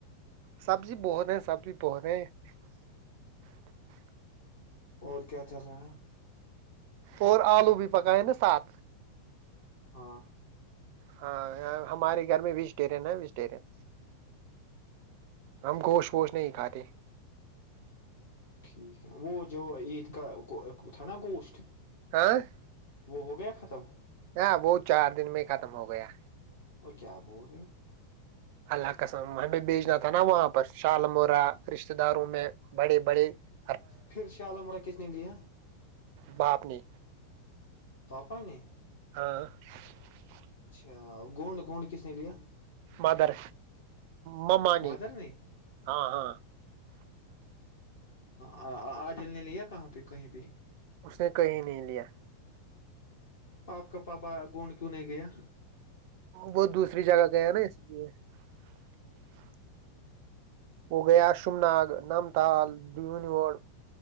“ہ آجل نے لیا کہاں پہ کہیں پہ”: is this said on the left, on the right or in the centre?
Left